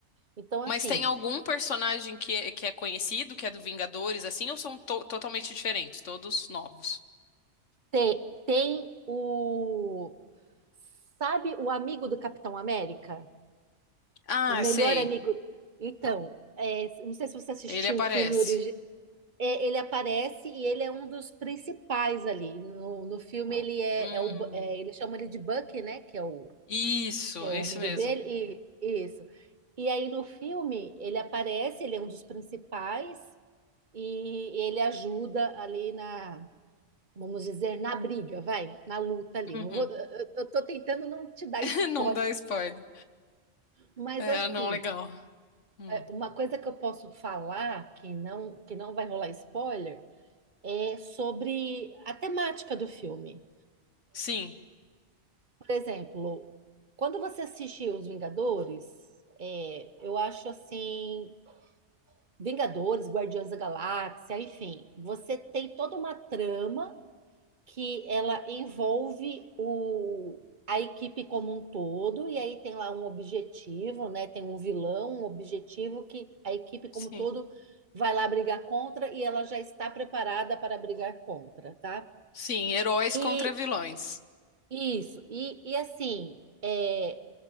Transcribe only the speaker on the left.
Mas tem algum personagem que é, que é conhecido, que é do Vingadores, assim, ou são to- totalmente diferentes, todos novos?
Ah,
sei.
Ele aparece.
Hum,
isso,
é
isso mesmo.
Uhum.
<laughs>
Não dá spoiler.
É,
não legal. Hum.
Sim,
sim.
Sim, heróis
contra vilões.